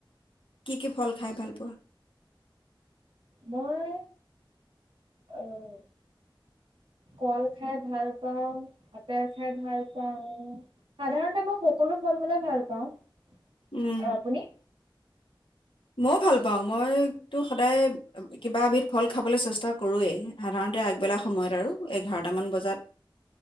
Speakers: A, on the left; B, on the right.
A: কি কি ফল খাই ভাল পোৱা?
B: মই অ' কল খাই ভাল পাওঁ, আপেল খাই ভাল পাওঁ। সাধাৰণতে মই সকলো ফল মূলে ভাল পাওঁ। আৰু
A: উম
B: আপুনি?
A: ময়ো ভাল পাওঁ মইতো সদায় কিবা এবিধ ফল খাবলৈ চেষ্টা কৰোৱেই সাধাৰণ আগবেলা সময়ত আৰু এঘাৰ বটামান বজাত,